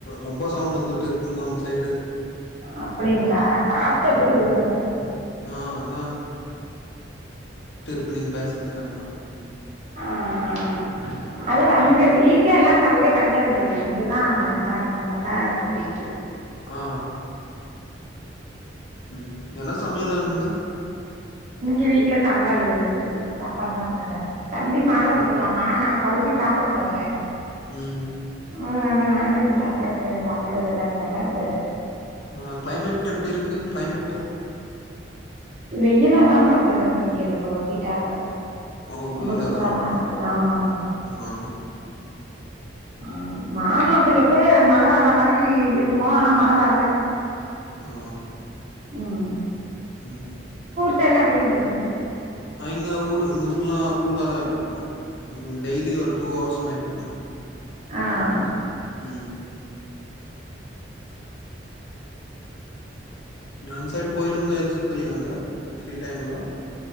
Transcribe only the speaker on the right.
அப்டிங்ளா காத்தடிக்கிது ப்ரதர்
ஆஹ் ஆஹ் ஆஹ் அதே அங்க வீட் ட்லலா டவரே கெடைக்காது ப்ரதர் இங்கதான் கொஞ்சொம் இதா இருக்குனு பாத் தா அப்டி இருக்குது
இங்க வீட்ல சாம்பாரு சாப்பாடு தா ப்ரதர் தம்பி மால
போட்ருக்காங்க ஆனா கவுச்சி சாப்ட மாட்டொ வேற
அதுனால நான்வெஜ்ஜி சாப்புட்றது சாப்புட்றது அதுனால இப்
வெயிலாதா ப ப்ரதர் இருக்கு இங்க ரொம்பொ ஹீட்டாக
ரொம்ப
சூடாதாருக்கு
ஆமா ப்ரதர்
ஆஹ் மானொ அப்பைக்கப்ப மழ வர மாரி இருக்கு ஆனா மழ வரல
உஹ்ம்
சைட்னா எப்படி ப்ரோ இருக்கு
ஆஹ் ஆஹ்